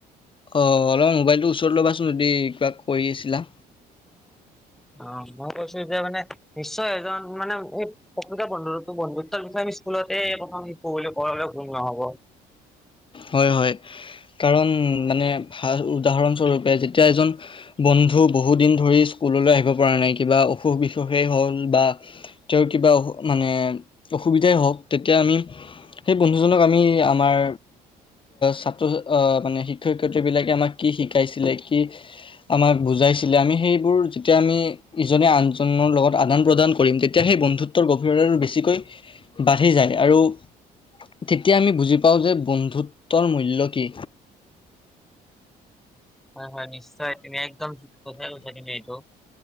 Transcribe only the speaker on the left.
অ অলপ মোবাইলটোৰ ওচৰত ল'বাচোন যদি কিবা কৰি আছিলা
হয় হয় কাৰণ মানে ভ উদাহৰণস্বৰূপে যেতিয়া এজন বন্ধু বহুত দিন ধৰি স্কুললৈ আহিব পৰা নাই কিবা অসুখ বিসুখেই হ'ল বা তেওঁৰ কিবা অ মানে অসুবিধাই হওক তেতিয়া আমি সেই বন্ধুজনক আমি আমাৰ ছাত্ৰ আহ মানে শিক্ষয়িত্ৰী বিলাকে আমাক কি শিকাইছিলে কি আমাক বুজাইছিলে আমি সেইবোৰ যেতিয়া আমি ইজনে আনজনৰ লগত আদান প্ৰদান কৰিম তেতিয়া সেই বন্ধুত্বৰ গভীৰতা বেছিকৈ বাঢ়ি যায় আৰু তেতিয়া আমি বুজি পাওঁ যে বন্ধুত্বৰ মূল্য কি